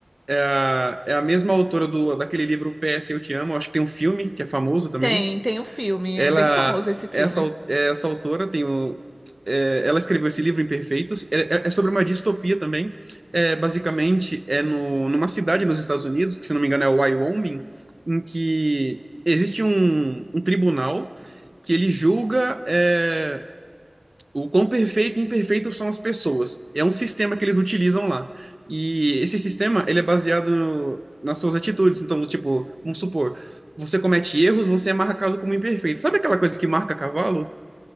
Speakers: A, on the right; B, in the centre.
A: É a, é a mesma autora do, daquele livro PS Eu Te Amo. Acho que tem um filme que é famoso também.
B: Tem, tem um filme,
A: Ela,
B: é bem famoso esse filme.
A: essa, au- essa autora tem o é, ela escreveu esse livro Imperfeitos. É, é- é sobre uma distopia também. É, basicamente, é no, numa cidade nos Estados Unidos, que se não me engano é Wyoming, em que existe um, um tribunal que ele julga. É, o quão perfeito e imperfeito são as pessoas. É um sistema que eles utilizam lá. E esse sistema, ele é baseado no- nas suas atitudes. Então, tipo, vamos supor, você comete erros, você é marcado como imperfeito. Sabe aquela coisa que marca cavalo?